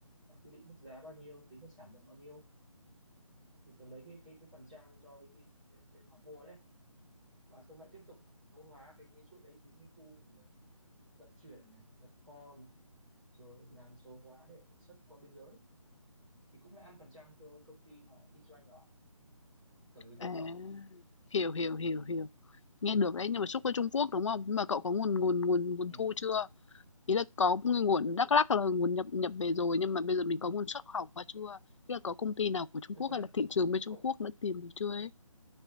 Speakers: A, in the centre; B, on the left.
A: à, quy định mức giá bao nhiêu tính được sản lượng bao nhiêu Đấy, thì tớ lấy cái cái cái phần trăm cho cái bên bên bên họ mua đấy và xong lại tiếp tục số hóa cái cái chuỗi đấy đến cái khu ờ, vận chuyển này nhập kho này rồi làm số hóa để xuất qua biên giới thì cũng là ăn phần trăm cho cái công ty mà họ kinh doanh đó cậu ý
B: À,
A: tớ không
B: hiểu, hiểu, hiểu,
A: ừ.
B: hiểu. Nghe được
A: đấy
B: đấy, nhưng mà xuất qua Trung Quốc, đúng không? Nhưng mà cậu có nguồn nguồn nguồn nguồn
A: ừ.
B: thu chưa? Ý là có một cái nguồn Đắk Lắk là nguồn nhập nhập về rồi, nhưng mà bây giờ mình có nguồn xuất khẩu qua chưa? Ý là có công ty nào của Trung
A: thực
B: Quốc
A: ra
B: hay là thị trường bên Trung
A: cậu
B: Quốc đã tìm được chưa ấy?